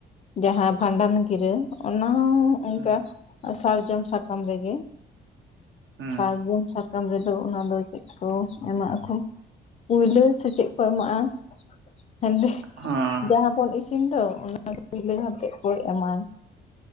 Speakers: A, on the left (about 35°); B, on the right (about 70°).
A: ᱡᱟᱦᱟᱸ ᱵᱷᱟᱸᱰᱟᱱ ᱜᱤᱨᱟᱹ ᱚᱱᱟ ᱦᱚᱸ ᱚᱝᱠᱟ,
B: ᱦᱩᱸ
A: ᱥᱟᱨᱡᱚᱢ ᱥᱟᱠᱟᱢ ᱨᱮᱜᱮ
B: ᱦᱩᱸ
A: ᱥᱟᱨᱡᱚᱢ ᱥᱟᱠᱟᱢ ᱨᱮᱫᱚ, ᱚᱱᱟ ᱫᱚ ᱪᱮᱫ ᱠᱚ ᱮᱢᱟᱜ ᱟᱠᱚ? ᱠᱩᱭᱞᱟᱹ ᱥᱮ ᱪᱮᱫ ᱠᱚ ᱮᱢᱟᱜᱼᱟ ᱾ ᱢᱮᱱᱫᱟᱹᱧ
B: ᱦᱮᱸ
A: ᱡᱟᱦᱟᱸ ᱵᱚᱱ ᱤᱥᱤᱱ ᱫᱚ, ᱚᱱᱟ ᱫᱚ <unintelligible> ᱠᱚ ᱮᱢᱟᱱ,